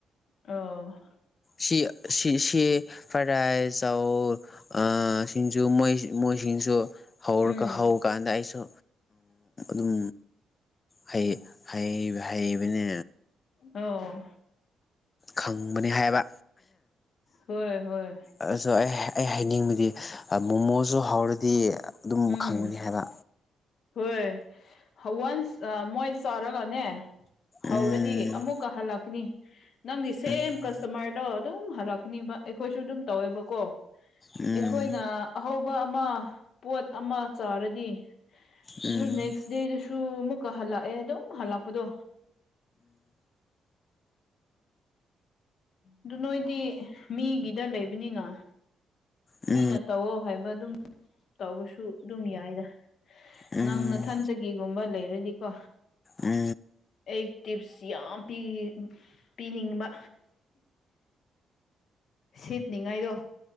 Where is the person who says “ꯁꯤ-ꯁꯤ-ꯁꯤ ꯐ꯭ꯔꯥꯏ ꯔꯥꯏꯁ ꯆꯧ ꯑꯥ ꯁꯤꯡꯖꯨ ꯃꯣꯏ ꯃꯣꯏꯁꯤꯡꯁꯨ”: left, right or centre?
Left